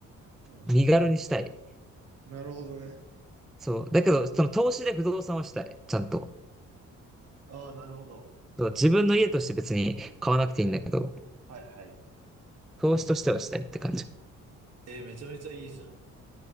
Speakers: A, on the right; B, in the centre.
A: うん。
B: 身軽にしたい。
A: なるほどね。
B: そう。だけど、その投資で不動産はしたい。ちゃんと。
A: ああ、なるほど。
B: そう、自分の家として別に買わなくていいんだけど、
A: はいはい。
B: 投資としてはしたいって感じ。
A: えー、めちゃめちゃいいじゃん。